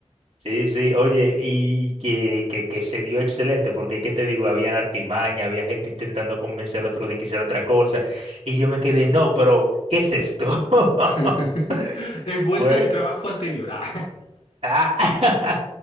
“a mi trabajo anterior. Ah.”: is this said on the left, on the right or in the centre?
Left